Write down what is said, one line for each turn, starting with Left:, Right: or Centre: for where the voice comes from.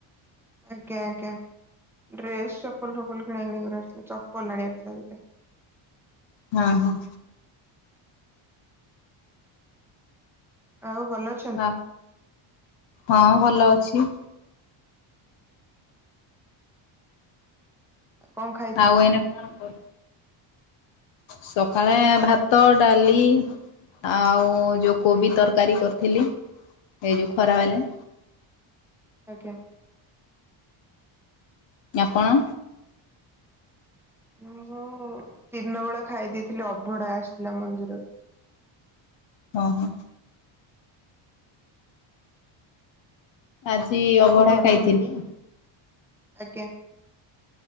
Centre: ଆଜ୍ଞା, ଆଜ୍ଞା ଡ୍ରେସ୍‌ ଚପଲ ଫପଲ କିଣା କିଣି କରିବାର ଥିଲା ଚପଲ ଆଣିବାର ଥିଲା ଦିଟା।
Left: ହଁ ହଁ।
Centre: ଆଉ ଭଲ ଅଛ?
Left: ହଁ ହଁ ଭଲ ଅଛି।
Centre: କଣ ଖାଇଥିଲେ?
Left: ଆଉ ଏଇନା କଣ କର ସକାଳେ ଭାତ ଡାଲି ଆଉ ଯୋଉ କୋବି ତରକାରୀ କରିଥିଲି ଏଇ ଯୋଉ ଖରା ବେଲେ।
Centre: ଆଜ୍ଞା।
Left: ଆପଣ?
Centre: ମୁଁ ଦିନ ବେଳା ଖାଇ ଦେଇଥିଲି ଅବଢା ଆସିଥିଲା ମନ୍ଦିରରୁ।
Left: ହଁ ହଁ। ଆଜି ଅବଢା
Centre: ଆଉ ଘରେ
Left: ଖାଇଥିଲି।
Centre: ସମସ୍ତେ ଆଜ୍ଞା।